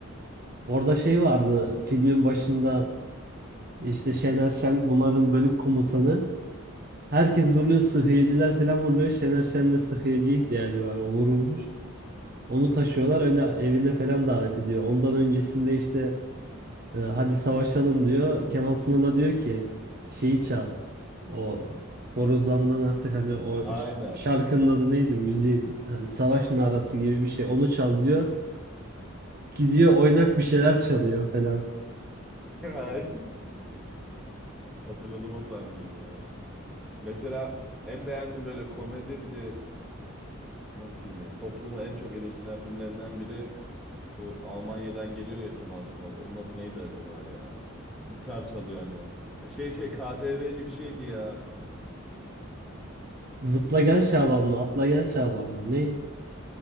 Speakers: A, on the right; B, in the centre.
A: Orada şey vardı filmin başında işte Şener Şen bunların bölük komutanı. Herkes vuruluyor sıhhiyeciler falan vuruluyor. Şener Şen'de sıhhiyeciye ihtiyacı var. O vurulmuş. Onu taşıyorlar öyle evine falan davet ediyor. Ondan öncesinde işte e, hadi savaşalım diyor. Kemal Sunal'a diyor ki şeyi çal. O Borazan'dan artık hani o
B: Aynen.
A: ş- şarkının adı neydi? Müziğin hani savaş narası gibi bir şey. Onu çal diyor. Gidiyor oynak bir şeyler çalıyor falan.
B: <laughs> Ay, Hatırladım o sahneyi ya. Mesela en beğendiğim böyle komedi bir de nasıl diyeyim böyle toplumu en çok eleştiren filmlerinden biri bu Almanya'dan geliyor ya Kemal Sunal. Onun adı neydi acaba ya? Gitar çalıyor hani. Ya Şey şey KDV'li bir şeydi ya.
A: Zıpla gel Şaban mı? Atla gel Şaban mı? Ne?